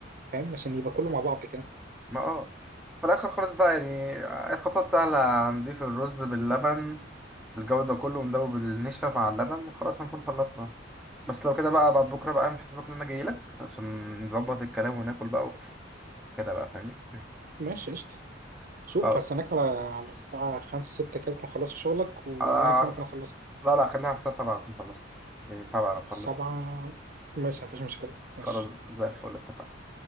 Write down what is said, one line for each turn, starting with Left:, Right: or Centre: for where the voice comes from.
Right: فاهم عشان يبقى كله مع بعض كده
Centre: ما اه في الاخر خالص بقى يعني الخطوات سهله نضيف الرز باللبن بالجو ده كله وندوب النشا مع اللبن وخلاص هنكون خلصنا بس لو كده بقى بعد بكره بقى اعمل حسابك ان انا جاي لك عشان نظبط الكلام وناكل بقى و- كده بقى فاهمني
Right: ماشي قشطة
Centre: خلاص
Right: شوف هستناك على على الساعة خمسة ستة كده تكون خلصت شغلك و...
Centre: آه
Right: وأنا كمان أكون خلصت
Centre: لا لا خليها على الساعه 7 اكون خلصت يعني 7 انا بخلص
Right: سبعة ماشي مفيش مشكلة ماشي
Centre: خلاص زي الفل اتفقنا